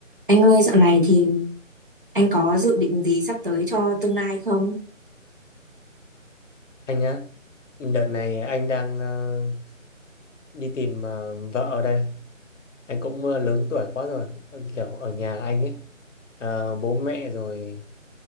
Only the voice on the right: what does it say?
Anh ơi, dạo này thì anh có dự định gì sắp tới cho tương lai không?